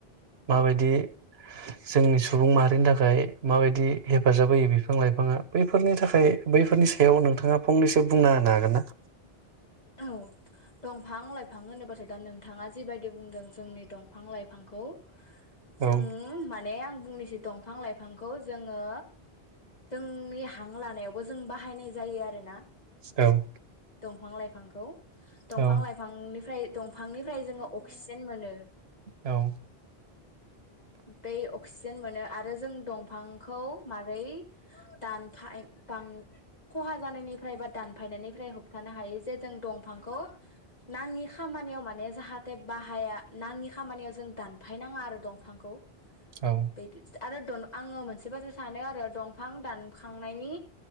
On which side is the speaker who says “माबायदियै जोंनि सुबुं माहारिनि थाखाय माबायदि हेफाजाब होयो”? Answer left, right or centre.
Right